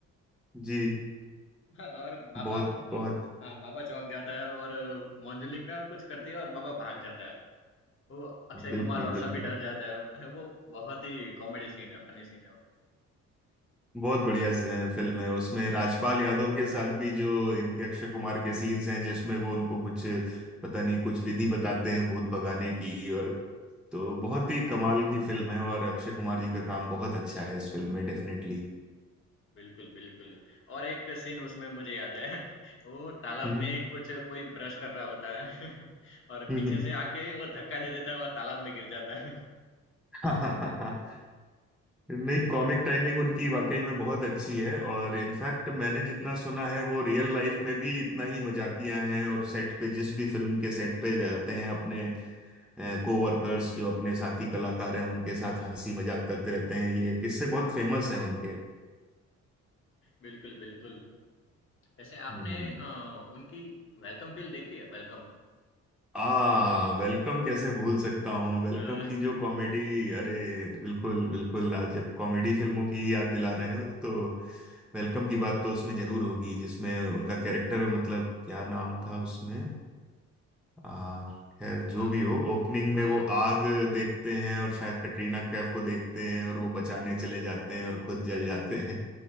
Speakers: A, in the centre; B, on the left (about 45°).
A: जी
B: <laughs> हाँ, और बाबा
A: बहुत बहुत
B: अ, हाँ बाबा चौक जाता है और मंजुलिका का कुछ करती है और बाबा भाग जाता है वो अक्षय कुमार
A: बिल्कुल
B: और
A: बिल्कुल
B: सभी डर जाते हैं अरे, वो बहुत ही कॉमेडी सीन है फनी सीन है वो
A: बहुत बढ़िया से- फिल्म है उसमें राजपाल यादव के साथ भी जो इनके अक्षय कुमार के सीन्स हैं जिसमें वो उनको कुछ पता नहीं कुछ विधि बताते हैं भूत भगाने की और तो बहुत ही कमाल की फिल्म है और अक्षय कुमार जी का काम बहुत अच्छा है इस फिल्म में डेफिनेटली
B: बिल्कुल बिल्कुल और एक सीन उसमें मुझे याद है <laughs> वो तालाब
A: हम्म
B: में कुछ कोई ब्रश कर रहा होता है <laughs> और
A: हम्म,
B: पीछे
A: हम्म।
B: से आके वो धक्का दे देता है और तालाब में गिर जाता है
A: <laughs>
B: या आपको
A: नहीं कॉमिक टाइमिंग उनकी वाकई में बहुत अच्छी है और इनफैक्ट
B: जी।
A: मैंने जितना सुना है वो रियल लाइफ में भी इतना ही मजाकिया हैं और सेट पे जिस भी फिल्म के सेट पे रहते हैं अपने कोवर्कर्स जो अपने साथी कलाकार हैं उनके साथ हंसी मजाक करते रहते हैं ये किस्से बहुत फेमस हैं उनके
B: बिल्कुल बिल्कुल वैसे आपने
A: हम्म
B: अ, उनकी वेलकम फील देखी है वेलकम
A: आ वेलकम कैसे भूल सकता हूँ वेलकम
B: <laughs> अ,
A: की जो कॉमेडी अरे बिल्कुल बिल्कुल आज जब कॉमेडी फिल्मों की याद दिला रहे हैं तो वेलकम की बात तो उसमें जरूर होगी जिसमें उनका कैरेक्टर मतलब क्या नाम था उसमें आ, खैर जो
B: नाम
A: भी हो ओपनिंग में
B: हाँ
A: वो आग देखते हैं और शायद कटरीना कैफ को देखते हैं और वो बचाने चले जाते हैं और खुद जल जाते हैं